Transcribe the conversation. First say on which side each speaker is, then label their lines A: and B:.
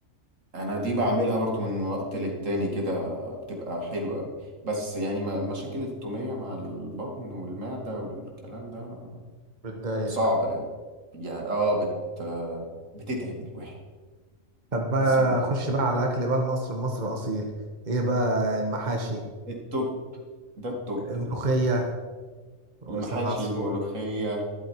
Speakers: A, on the right; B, on the right.
A: انا دي بعملها برضو من وقت للتاني كده بتبقى حلوة قوي بس يعني م- مشاكل التومية مع البطن والمعدة والكلام ده
B: بتضايق
A: صعب قوي يعني اه بت بتتعب الواحد
B: طب بقى
A: تحس ان
B: خش بقى على اكل بقى مصر مصر اصيل ايه بقى المحاشي
A: التوب ده التوب
B: الملوخية
A: ده
B: ولسان
A: المحاشي
B: العصفور
A: الملوخية